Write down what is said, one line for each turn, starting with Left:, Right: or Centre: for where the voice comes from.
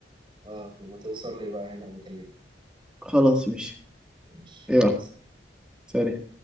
Right: اه لما توصل لي بقى هنا بكلمك
Centre: خلاص ماشي
Right: ماشي
Centre: يلا
Right: مع السلامة
Centre: سلام